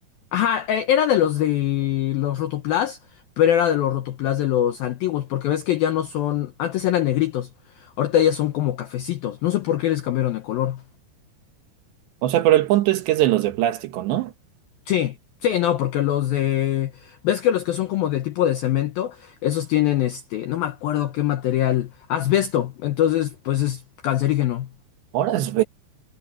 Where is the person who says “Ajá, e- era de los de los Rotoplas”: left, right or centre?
Left